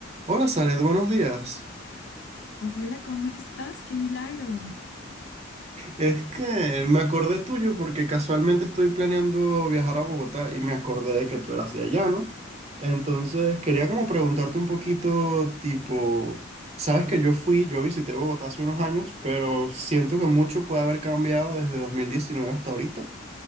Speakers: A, on the right; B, on the left.
A: Hola, Sanet, buenos días.
B: Hola, ¿cómo estás? ¡Qué milagro!
A: Es que me acordé tuyo porque casualmente estoy planeando viajar a Bogotá y me acordé de que tú eras de allá, ¿no? Entonces quería como preguntarte un poquito, tipo, sabes que yo fui, yo visité Bogotá hace unos años, pero siento que mucho puede haber cambiado desde 2019 hasta ahorita